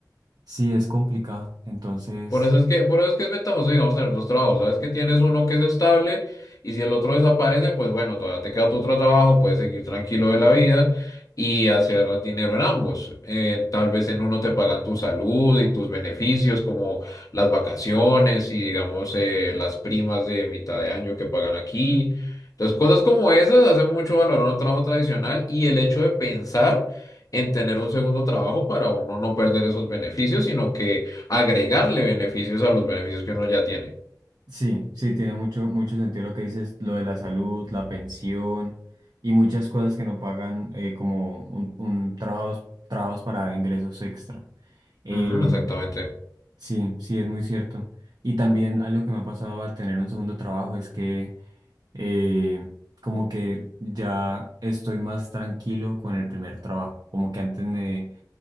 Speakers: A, on the right; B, on the left.
A: sí, es complicado. Entonces,
B: Por eso es que, por eso es que es ventajoso, digamos, tener dos trabajos. Sabes que tienes uno que es estable y si el otro desaparece, pues bueno, todavía te queda tu otro trabajo, puedes seguir tranquilo de la vida y hacer dinero en ambos. Eh, tal vez en uno te pagan tu salud y tus beneficios, como las vacaciones y digamos eh, las primas de mitad de año que pagan aquí. Entonces, cosas como esas hacen mucho valorar un trabajo tradicional y el hecho de pensar en tener un segundo trabajo para uno no perder esos beneficios, sino que agregarle beneficios a los beneficios que uno ya tiene.
A: sí, sí, tiene mucho, mucho sentido lo que dices, lo de la salud, la pensión y muchas cosas que no pagan eh, como un, un trabajos, trabajos para ingresos extra. Eh,
B: Ujú, exactamente.
A: sí, sí, es muy cierto. Y también algo que me ha pasado al tener un segundo trabajo es que eh, como que ya estoy más tranquilo con el primer trabajo, como que antes me